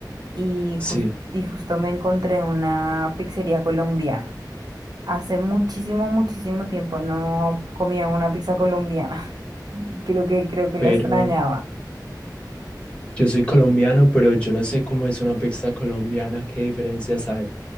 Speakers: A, on the right (about 60°); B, on the left (about 15°).
A: y,
B: sí,
A: jus- y justo me encontré una pizzería colombiana. Hace muchísimo, muchísimo tiempo no comía una pizza colombiana. <laughs> Creo que, creo que
B: pero
A: la extrañaba.
B: yo soy colombiano, pero yo no sé cómo es una pizza colombiana, qué diferencias hay.